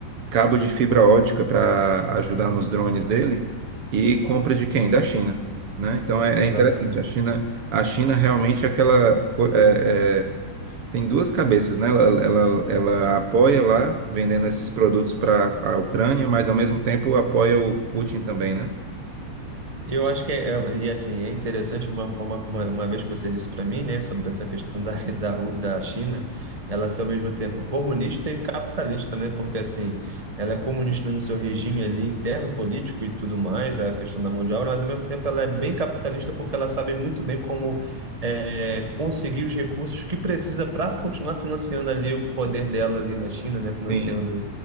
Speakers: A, on the right (about 60°); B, on the right (about 25°).
A: cabo de fibra ótica para ajudar nos drones dele e compra de quem? Da China, né? Então é,
B: exatamente.
A: é interessante. A China, a China realmente é aquela co- é, é, tem duas cabeças, né? Ela, ela, ela apoia lá vendendo esses produtos para a Ucrânia, mas ao mesmo tempo apoia o Putin também, né?
B: Eu acho que é, é- e assim, é interessante uma forma, uma, uma vez que você disse para mim, né, sobre essa questão da, <laughs> da, Ru- da China, ela ser ao mesmo tempo comunista e capitalista, né? Porque assim, ela é comunista no seu regime ali interno político e tudo mais, a questão da mão de obra, mas ao mesmo tempo ela é bem capitalista porque ela sabe muito bem como é, conseguir os recursos que precisa para continuar financiando ali o poder dela ali na China, né? Financiando
A: Sim,